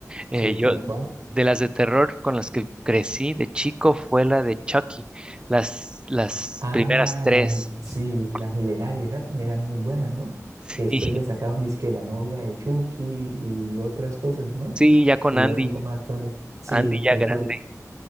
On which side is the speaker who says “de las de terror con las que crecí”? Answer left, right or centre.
Right